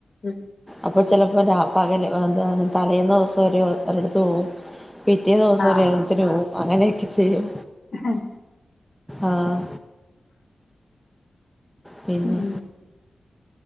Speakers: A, on the left; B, in the centre.
A: ഉം
B: അപ്പൊ ചെല അപ്പൊ രാ പകല് എന്ത പറ തലേയന്നവസം ഒരു ഒരുടത്ത് പോകും പിറ്റേ ദിവസം
A: ആഹ്
B: ഒരു എൽണത്തിന് പോവും അങ്ങനെയൊക്കെ ചെയ്യും
A: <unintelligible>
B: ആഹ് പിന്നെ
A: ഉം